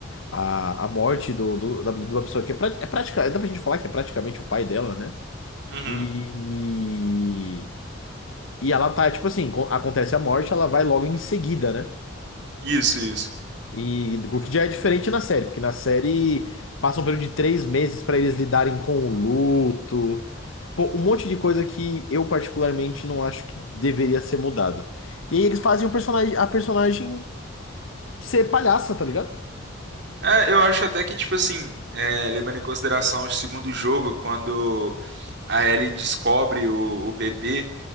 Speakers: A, on the left; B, on the right.
A: a, a morte do, do, da, de uma pessoa que é, prati- é prática, dá pra gente falar que é praticamente o pai dela, né?
B: uhum.
A: E, E ela tá, tipo assim, co- acontece a morte, ela vai logo em seguida, né?
B: Isso, isso.
A: E o que já é diferente na série, porque na série passa um período de três meses pra eles lidarem com o luto, pô, um monte de coisa que eu particularmente não acho que deveria ser mudado. E aí eles fazem o personagem, a personagem ser palhaça, tá ligado?
B: É, eu acho até que, tipo assim, é, levando em consideração o segundo jogo, quando a Ellie descobre o, o bebê,